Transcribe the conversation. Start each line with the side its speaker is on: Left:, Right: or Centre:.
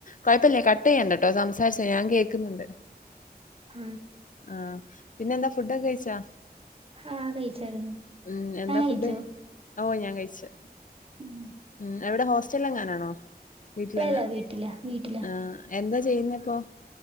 Left: കൊഴപ്പില്ല കട്ട് ചെയ്യണ്ട കേട്ടോ സംസാരിച്ചോ ഞാൻ കേക്ക്ന്ന്ണ്ട്
Right: ആ
Left: ആ പിന്നെന്താ ഫുഡൊക്കെ കഴിച്ചോ
Right: ആഹ് കഴിച്ചായിരുന്നു
Left: ഉം എന്താ
Right: താൻ കഴിച്ചോ
Left: ഫുഡ് ഓ ഞാൻ കഴിച്ച്
Right: ഉം
Left: ഉം എവടെ ഹോസ്റ്റലെങ്ങാനാണോ വീട്ട്ലെന്നാ
Right: ഇല്ലല്ല വീട്ടിലാ വീട്ടിലാ
Left: ആ എന്താ ചെയ്യ്ന്നെ ഇപ്പോ